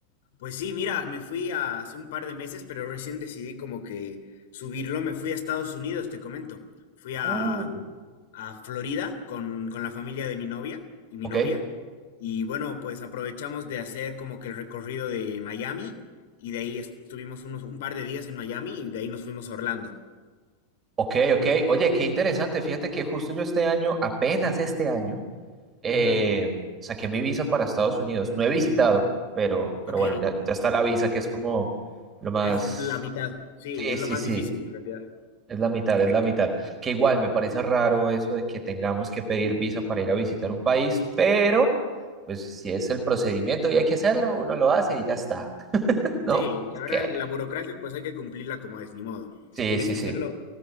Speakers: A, on the left; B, on the right.
A: Pues sí, mira, me fui a- hace un par de meses, pero recién decidí como que subirlo. Me fui a Estados Unidos, te comento. Fui a,
B: Uh,
A: a Florida con, con la familia de mi novia y mi
B: Ok,
A: novia. Y bueno, pues aprovechamos de hacer como que el recorrido de Miami y de ahí estuvimos unos, un par de días en Miami y de ahí nos fuimos a Orlando.
B: ok, ok. Oye, qué interesante. Fíjate que justo yo este año, apenas este año, eh,
A: Ujú,
B: saqué mi visa para Estados Unidos. No he visitado, pero, pero
A: Ok,
B: bueno, ya, ya está la visa que es como lo más...
A: es la mitad. Sí,
B: Sí,
A: es
B: sí,
A: lo más
B: sí.
A: difícil en realidad.
B: Es la mitad, es la mitad. Que igual me parece raro eso de que tengamos que pedir visa para ir a visitar un país, pero pues si es el procedimiento y hay que hacerlo, uno lo hace y ya está. <laughs> No,
A: Sí, la
B: es
A: verdad,
B: que...
A: la burocracia pues hay que cumplirla como es, ni modo.
B: Sí,
A: Si quieres
B: sí, sí.
A: hacerlo,